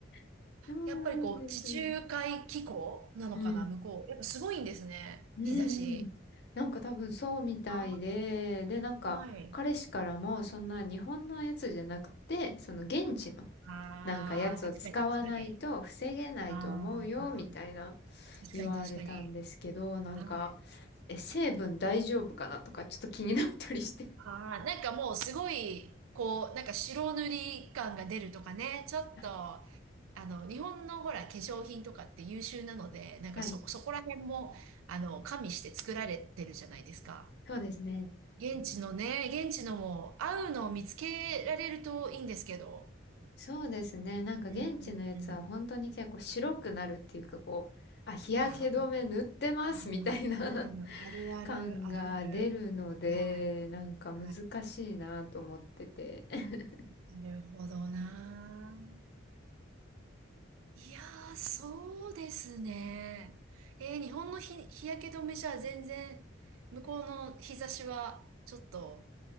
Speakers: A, on the left; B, on the right.
A: <laughs> そうなんです。
B: やっぱりこう、地中海気候なのかな、
A: うん。
B: 向こう。やっぱすごいんですね。
A: うんうん。
B: 日差し。
A: なんか多分そうみたいで、
B: あ
A: で、なんか、
B: あ、はい。
A: 彼氏からも、そんな日本のやつじゃなくて、その現地の、
B: ああ、
A: なんかやつを使わないと防げないと思うよ、
B: 確かに確かに。ああ、
A: みたいな
B: 確かに確かに。
A: 言われたんですけど、なんか、
B: はい。
A: え、成分大丈夫かなとかちょっと気になったりして。
B: ああ、なんかもうすごい、こう、なんか白塗り感が出るとかね、ちょっと、
A: <laughs>
B: あの、日本のほら、化粧品とかって優秀なので、なんかそ、
A: あはい。
B: そこら辺も、あの、加味して作られてるじゃないですか。
A: そうですね。
B: 現地のね、
A: うん
B: 現地のも合うのを見つけられるといいんですけど。
A: そうですね。なんか現地のやつは本当に結構白くなるっていうかこう、
B: うん。
A: あ、日焼け止め塗ってますみたいな
B: あ、うん、うん、あるある、
A: <laughs> 感が出るので、
B: あるある。はい。
A: なんか難しいなと思ってて。
B: は
A: <laughs>
B: い。なるほどな。いやー、そうですね。えー、日本の日、日焼け止めじゃ全然、向こうの日差しは、ちょっと、